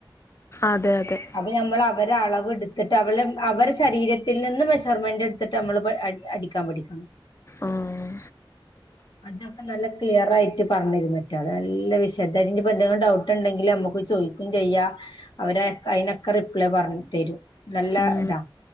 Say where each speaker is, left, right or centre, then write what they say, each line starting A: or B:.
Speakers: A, on the left (about 30°); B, on the left (about 55°).
A: അതെ അതെ
B: അവ നമ്മള് അവരെ അളവ് എടുത്തിട്ട് അവള് അവരെ ശരീരത്തിൽ നിന്ന് മെഷർമെന്റ് എടുത്തിട്ട് നമ്മള് അടി ക്കാ പഠിക്കണം
A: ആഹ്
B: അതൊക്കെ നല്ല ക്ലിയർ ആയിട്ട് പറഞ്ഞു തരും മറ്റേത് നല്ല വിഷദ നിപ്പോ എന്തേലും ഡൗട്ട് ഉണ്ടെങ്കിൽ നമുക്ക് ചോദിക്കും ചെയ്യാം അവരെ കയിന റിപ്ലേ പറഞ്ഞു തരും നല്ല
A: ഉം
B: ഇതാ